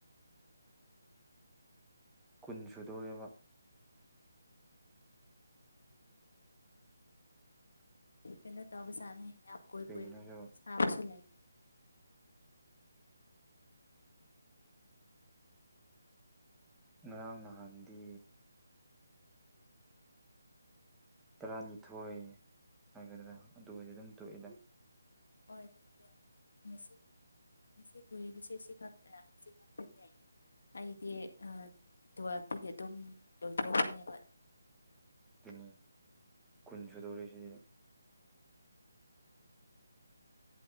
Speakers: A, in the centre; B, on the left.
A: ꯀꯨꯟ ꯁꯨꯗꯣꯦꯕ
B: ꯗꯤꯅ ꯇꯣꯕꯁꯥꯅ ꯌꯥꯝ ꯀꯣꯏ
A: ꯀꯩꯒꯤꯅꯣꯁꯨ
B: ꯀꯣꯏ ꯁꯥꯁꯨ ꯂꯩꯥꯏ
A: ꯉꯔꯥꯡ ꯅꯍꯥꯟꯗꯤ ꯇꯔꯥꯅꯤꯊꯣꯏ ꯍꯥꯏꯒꯗ꯭ꯔꯥ ꯑꯗꯨ ꯑꯣꯏꯏꯗꯤ ꯑꯗꯨꯝ ꯇꯣꯛꯑꯦꯗ
B: ꯑꯣꯏ ꯃꯁꯤꯟ ꯉꯁꯤ ꯀꯨꯢꯔꯤꯕꯁꯤ ꯁꯤꯈꯛꯇꯅꯦ ꯑꯩꯗꯤ ꯇꯨꯋꯜꯐꯇꯒꯤ ꯑꯗꯨꯝ ꯂꯣꯏꯊꯣꯑꯕꯅꯦꯕ
A: ꯀꯨꯅꯤ ꯀꯨꯟ ꯁꯨꯗꯧꯔꯤꯁꯤꯗꯤ